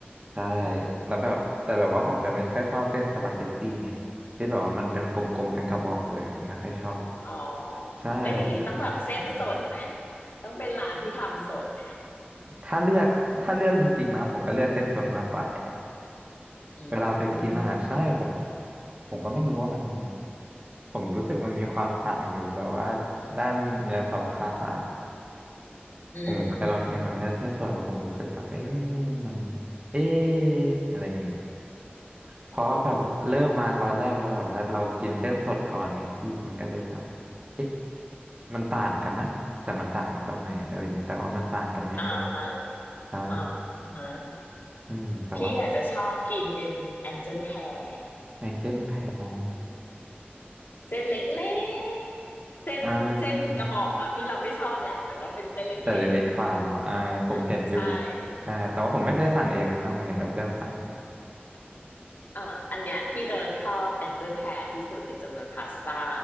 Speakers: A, on the right (about 30°); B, on the left (about 55°).
A: ใช่
B: อืม
A: แล้วแบบแต่แบบว่าผมจะไม่ค่อยชอบเส้นสปาเกตตี้ไงที่แบบว่ามันเป็นกลมๆเป็นกระบอกเลยผมไม่ค่อยชอบ
B: อ๋อ
A: ใช่ผมจะชอบลูกชิ้น
B: แล้วอย่างนี้ต้องแบบเส้นสดไหมต้องเป็นร้านที่ทำสดไหม
A: ถ้าเลือกถ้าเลือกจริงๆนะผมก็เลือกเส้นสดมากกว่าแหละ
B: อื
A: เวลาไปกินอ่ะใช่ผม
B: ม
A: ผมก็ไม่รู้ว่ามันผมรู้สึกมันมีความต่างอยู่แบบว่าด้านเนื้อสัมผัสอะ
B: อืมอืมอืม
A: ผมเคยลองกินแบบไม่ใช่เส้นสดแล้วผมรู้สึกแบบเอ๊ะมันเอ๊ะอะไรอย่างงี้เพราะว่าแบบเริ่มมาตอนแรกแล้วแบบว่าเรากินเส้นสดก่อนไงพี่มันก็เลยแบบ
B: อ๋อ
A: เอ๊ะมันต่างกันนะแต่มันต่างกันตรงไหนอะไรอย่างงี้แต่ว่ามันต่างกันแน่
B: อ่าฮะ
A: ๆใช่
B: อ่าฮะ
A: อืมแต่ว่า
B: พี่อาจจะชอบกินเป็นแองเจิลแฮร์
A: แองเจิลแพะอ๋อ
B: เส้นเล็กๆเส้นเส้นกระบอกแบบที่เราไม่ชอบแหละแต่ว่าเป็นเส้นเล็ก
A: อ่า แต่เล็กๆกว่าเนาะอ่าผมเห็นอยู่
B: ๆใช่
A: ใช่าแต่ว่าผมไม่เคยสั่งเองเลยนะผมเห็นแต่เพื่อนสั่ง
B: อืมอ่าอันเนี้ยพี่จะชอบแองเจิลแฮร์ที่สุดในจำนวนพาสต้า